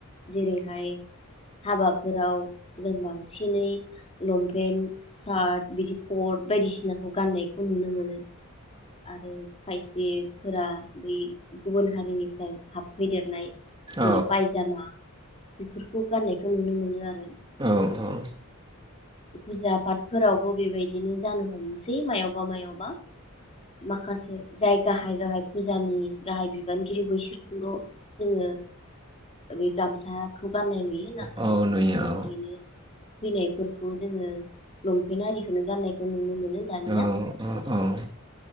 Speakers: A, on the left (about 30°); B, on the right (about 20°).
A: जिरै हाय हाबाफोराव जों बांसिनै लंपेन्ट सार्ट बिदि कट बायदिसिनाखौ गाननायखौ नुनो मोनो आरो खाय जे फोरा बै गुबुन हारिनि फ्राय हाबफैदेरनाय
B: औ
A: जेरै फायजामा बेफोरखौ गान्नायखौ नुनो मोनो आ
B: औ औ
A: फुजा पातफोरावबो बेबायदिनो जानो हमसै मायावबा मायावबा माखासे जाय गाहाय गाहाय फुजानि गाहाय बिबानगिरि बैसो बेफोरखौल' जोङो बे गामसा खौ गाननाय नुयो ना
B: औ
A: माखासे
B: नुयो
A: ओरैनो फैनायफोरखौ जोङो लंपेन्ट आरिखौनो गाननायखौ नुनो मोनो नों दानिया
B: औ औ